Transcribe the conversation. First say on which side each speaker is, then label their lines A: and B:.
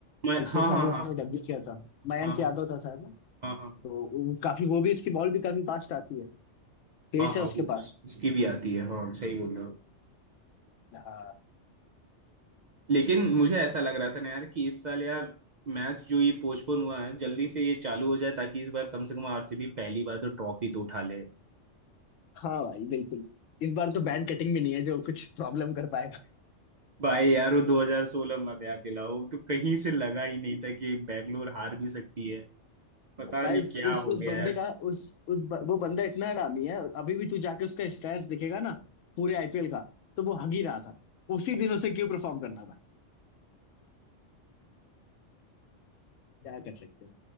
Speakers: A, on the right (about 60°); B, on the left (about 85°).
A: मैं
B: पिछले
A: हाँ
B: साल
A: हाँ
B: ही
A: हाँ
B: उसने डब्ल्यू किया था मयंक
A: हाँ हाँ
B: यादव था शायद ना
A: हाँ हाँ
B: तो वो- काफी वो भी उसकी बॉल भी काफी फास्ट आती है पेस
A: हाँ हाँ
B: है उसके
A: वो उस-
B: पास
A: उसकी भी आती है हाँ सही बोल रहे हो
B: हाँ
A: लेकिन मुझे ऐसा लग रहा था ना यार कि इस साल यार मैच जो ये पोस्टपोन हुआ है जल्दी से ये चालू हो जाए ताकि इस बार कम से कम आरसीबी पहली बार तो ट्रॉफी तो उठा ले
B: हाँ भाई बिल्कुल इस बार तो बैन कटिंग भी नहीं है जो कुछ प्रॉब्लम कर पाएगा
A: भाई यार वो 2016 मत याद दिलाओ तो कहीं से लगा ही नहीं था कि बैंगलोर हार भी सकती है पता
B: भाई
A: नहीं
B: उस
A: क्या
B: उस
A: हो
B: उस
A: गया
B: बंदे
A: यार
B: का उस उस ब- वो बंदा इतना हरामी है अभी भी तू जाके उसका स्टेटस दिखेगा ना पूरे आईपीएल का तो वो हग ही रहा था उसी दिन उसे क्यों परफॉर्म करना था क्या कर सकते हो